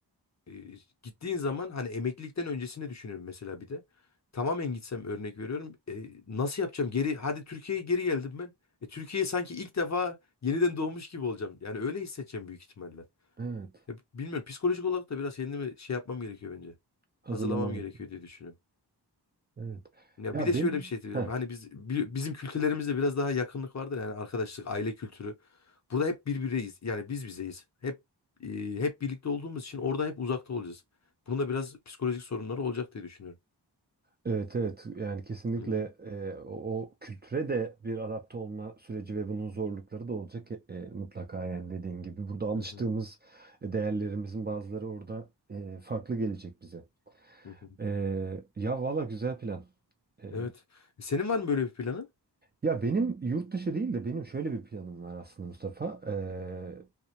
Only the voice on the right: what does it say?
evet.
Hazırlaman
gibi.
Evet.
Ya
ben
Heh.
Evet evet yani kesinlikle
e, o, o kültüre de bir adapte olma süreci ve bunun zorlukları da olacak e, e, mutlaka yani dediğin gibi. Burada alıştığımız
e, değerlerimizin bazıları orada e, farklı gelecek bize.
E, ya valla güzel plan. E,
ya benim yurt dışı değil de benim şöyle bir planım var aslında Mustafa. E,